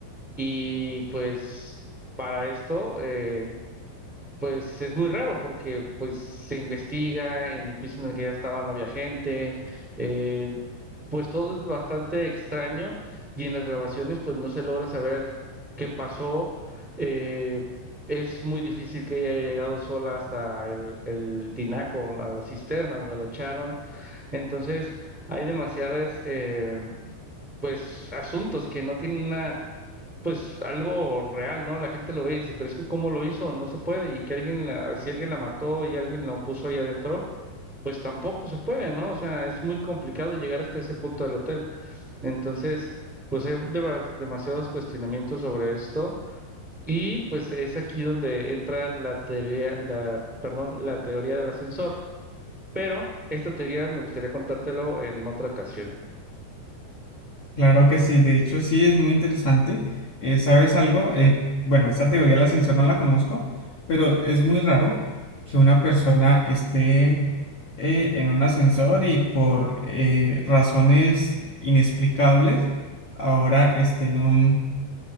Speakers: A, in the centre; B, on the left.
A: y pues para esto, eh, pues es muy raro porque pues se investiga en el piso en el que ya estaba, no había gente, eh, pues todo es bastante extraño y en las grabaciones pues no se logra saber qué pasó. eh, es muy difícil que ella haya llegado sola hasta el, el tinaco, a la cisterna donde la echaron. Entonces hay demasiadas... eh, pues asuntos que no tienen una pues algo real, ¿no? La gente lo ve y dice, pero es que ¿cómo lo hizo? No se puede. Y que alguien, la- si alguien la mató y alguien lo puso ahí adentro, pues tampoco se puede, ¿no? O sea, es muy complicado llegar hasta ese punto del hotel. Entonces, pues hay deba- demasiados cuestionamientos sobre esto. Y pues es aquí donde entra la teoría, la, perdón, la teoría del ascensor. Pero esta teoría me gustaría contártelo en otra ocasión.
B: Claro que sí, de hecho sí es muy interesante. Eh, ¿sabes algo? Eh, bueno, esa teoría del ascensor no la conozco, pero es muy raro que una persona esté eh, en un ascensor y por eh, razones inexplicables ahora esté en un